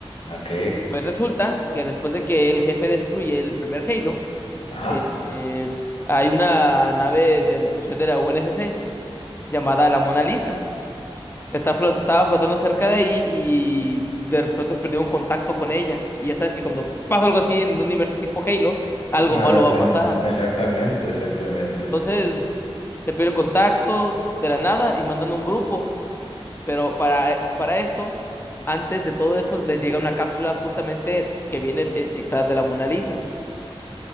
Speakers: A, on the left; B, on the left.
A: no. Ok.
B: Pues resulta que después de que el jefe destruye el primer Halo,
A: Ah,
B: Eh, hay una nave del prisión de la UNSC llamada la Mona Lisa. Está flot- estaba flotando cerca de ahí y de pronto perdió un contacto con ella. Y ya sabes que cuando pasa algo así en un universo tipo Halo, algo
A: nada
B: malo
A: bueno.
B: va a pasar.
A: no, Exactamente, exactamente.
B: Entonces, se pierde contacto de la nada y mandan un grupo. Pero para, eh, para esto, antes de todo eso, les llega una cápsula justamente que viene eyectada de la Mona Lisa.